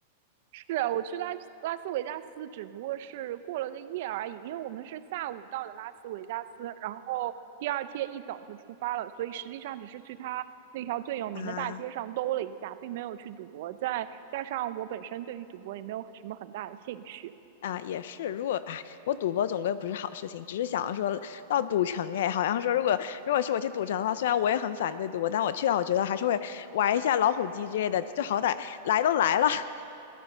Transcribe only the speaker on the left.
啊。
啊，也是。如果哎，我赌博总归不是好事情，只是想说到赌城，哎，好像说如果如果是我去赌城的话，虽然我也很反对赌博，但我去了，我觉得还是会玩一下老虎机之类的，就好歹来都来了。<laughs>